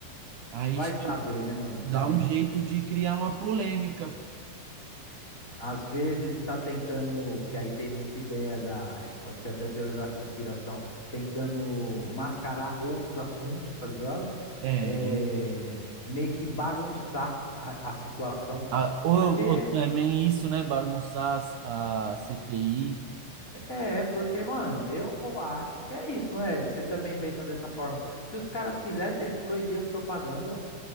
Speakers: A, on the right (about 80°); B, on the left (about 20°).
A: Aí
B: vai saber, né, mano?
A: dá
B: É.
A: um jeito de criar uma polêmica.
B: Às vezes tá tentando, que aí tem muita ideia da, é, pode ser até teoria da conspiração, tentando mascarar outros assuntos, tá ligado?
A: É,
B: É, meio que bagunçar a, a situação,
A: a- ou,
B: porque
A: ou também isso, né, bagunçar a CPI.
B: é, é, porque, mano, eu acho que é isso, não é? Você também pensa dessa forma. Se os caras quisessem, eles proibiam as propagandas